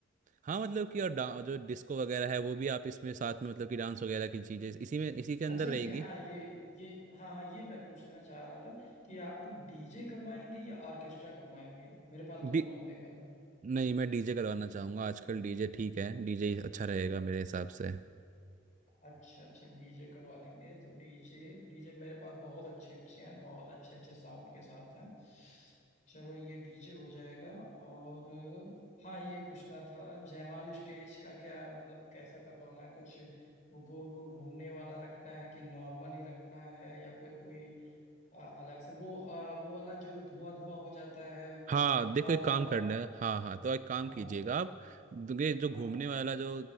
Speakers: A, on the right; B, on the left.
A: हाँ मतलब कि और डा- जो डिस्को वगैरह है वो भी आप इसमें साथ में मतलब कि डांस वगैरह की चीजें इसी में इसी के अंदर
B: अच्छा ये
A: रहेगी
B: हाँ ये ये हाँ हाँ ये मैं पूछना चाह रहा था कि आप डीजे करवाएंगे या ऑर्केस्ट्रा करवाएंगे मेरे पास दोनों
A: डी
B: अवेलेबल
A: नहीं मैं डीजे करवाना चाहूंगा आजकल डीजे ठीक है डीजे अच्छा रहेगा मेरे हिसाब से
B: अच्छा अच्छा डीजे करवा देंगे तो डीजे डीजे मेरे पास बहुत अच्छे अच्छे हैं बहुत अच्छे अच्छे साउंड के साथ हैं चलो ये डीजे हो जाएगा और हाँ ये पूछना था जयमाल स्टेज का क्या मतलब कैसा करवाना है कुछ वो गोल गोल घूमने वाला रखना है कि नॉर्मल ही रखना है या फिर कोई अ, अलग से वो अ, वो वाला जो धुआं धुआं हो जाता है
A: हाँ देखो
B: फॉग
A: एक काम
B: वाला
A: करना है हाँ हाँ तो एक काम
B: हाँ
A: कीजिएगा आप ये जो घूमने
B: हाँ हाँ
A: वाला जो